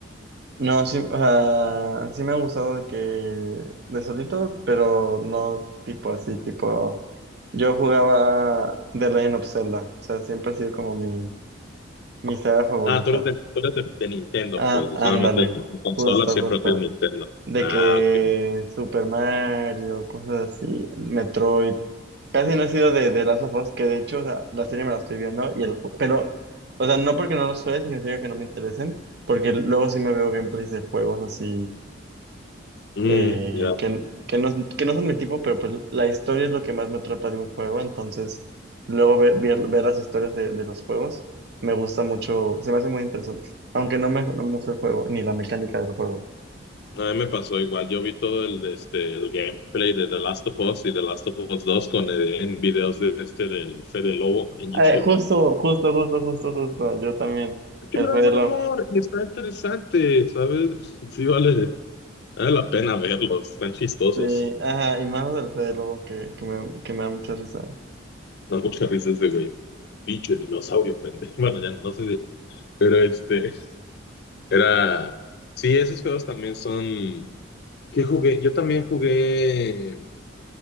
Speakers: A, on the right; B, on the left.
A: No, sí, o sea, sí me ha gustado de que de solito, pero no tipo así, tipo yo jugaba The Legend of Zelda, o sea, siempre ha sido como mi, mi saga favorita.
B: Ah, tú eres de, tú eres de, de Nintendo,
A: Ah,
B: pues,
A: ándale,
B: solamente de de consola
A: justo,
B: siempre
A: justo.
B: has sido Nintendo.
A: De
B: Ah,
A: que
B: ok.
A: Super Mario, cosas así, Metroid. Casi no he sido de de Last of Us, que de hecho, o sea, la serie me la estoy viendo y el ju- pero, o sea, no porque no los juegue significa que no me interesen, porque luego sí me veo gameplays de juegos así
B: Mm,
A: eh,
B: ya.
A: que, que no, que no son mi tipo, pero pues la historia es lo que más me atrapa de un juego, entonces luego ver, ver, ver las historias de, de los juegos me gusta mucho, se me hace muy interesante, aunque no me, no me gusta el juego, ni la mecánica del juego.
B: A mí me pasó igual. Yo vi todo el, este, el gameplay de The Last of Us y The Last of Us 2 con, eh, en videos de este del Fede Lobo en YouTube.
A: Eh, justo, justo, justo, justo, justo, yo también,
B: Que
A: el
B: me da
A: Fede
B: buen
A: Lobo.
B: humor y está interesante, ¿sabes? <laughs> Sí, vale, vale la pena verlos. Están chistosos.
A: Sí, ajá, y mano del Fede Lobo que, que me, que me da mucha risa.
B: No muchas risas de güey. Pinche dinosaurio, pendejo. <laughs> Bueno, ya no sé si. Pero este. Era, sí, esos juegos también son, ¿qué jugué? Yo también jugué,